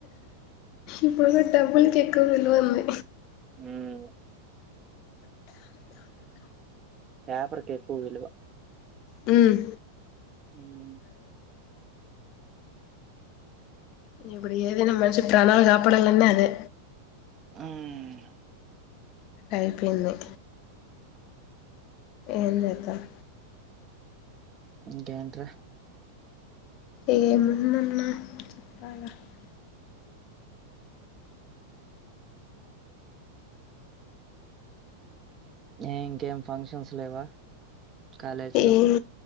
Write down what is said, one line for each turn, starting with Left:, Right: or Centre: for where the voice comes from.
Left: ఇప్పుడు కూడా డబ్బులకెక్కువ విలువుంది
Right: ఉమ్ పేపర్కే ఎక్కువ్ విలువ
Left: హ్మ్
Right: హ్ మ్
Left: ఇప్పుడు ఏదైనా మనిషి ప్రాణాలు కాపాడలన్న అదే
Right: ఉమ్మ్
Left: అయిపోయింది ఏం చేద్దాం
Right: ఇంకేంట్రా
Left: ఏముందన్నా <unintelligible>
Right: ఏ ఇంకేం ఫంక్షన్స్ లేవా కాలేజ్ లో
Left: ఏం